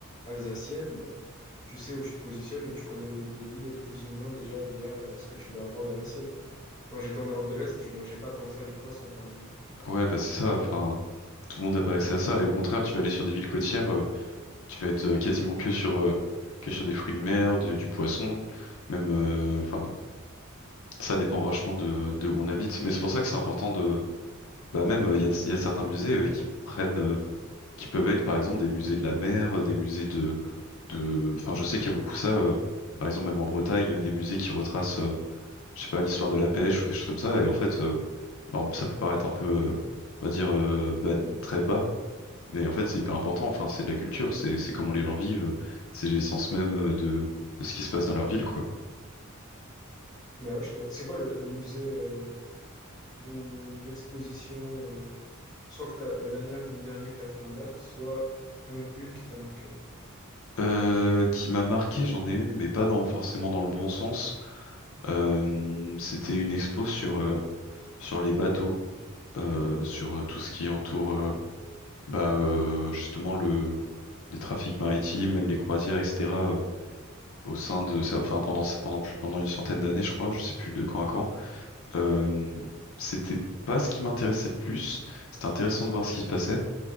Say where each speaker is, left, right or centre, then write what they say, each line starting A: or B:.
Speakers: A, on the left; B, on the left.
A: alsacienne, tu sais où tu te positionnes et tu connais le mode de vie et plus ou moins déjà via euh, ce que tu vas avoir dans l'assiette. Quand j'étais en Europe de l'Est, je mangeais pas tant que ça du poisson, par exemple.
B: Ouais, bah c'est ça. Enfin, tout le monde n'a pas accès à ça. Et au contraire, tu vas aller sur des villes côtières. euh, qui va être euh, quasiment que sur euh, que sur des fruits de mer, de- du poisson, même euh, enfin ça dépend vachement de, de où on habite. Mais c'est pour ça que c'est important de bah même euh, il y a, de- il y a certains musées euh, qui prennent euh, qui peuvent être par exemple des musées de la mer, euh, des musées de de enfin je sais qu'il y a beaucoup ça euh, par exemple même en Bretagne euh, des musées qui retracent euh, je sais pas l'histoire de la pêche ou des choses comme ça et en fait euh, bah, on- ça peut paraître un peu euh, on va dire euh, ban- très bas mais en fait, c'est hyper important. Enfin, c'est de la culture, c'est c'est comment les gens vivent, c'est l'essence même euh, de de ce qui se passe dans leur ville, quoi.
A: Mais ouais, je suis d'accord. c'est quoi le, le musée euh, ou l'exposition, euh, soit que t'as, la dernière ou le dernier que tu as fait en date, soit un ou une qui t'a marqué?
B: Euh, qui m'a marqué, j'en ai une, mais pas dans forcément dans le bon sens. Euh, c'était une expo sur euh, sur les bateaux, euh, sur euh, tout ce qui entoure euh, bah euh, justement le les trafics maritimes, même les croisières, etc. euh, au sein de ça, enfin pendant pendant plus pendant une centaine d'années, je crois, je sais plus de quand à quand. Euh, c'était pas ce qui m'intéressait le plus. C'était intéressant de voir ce qui se passait.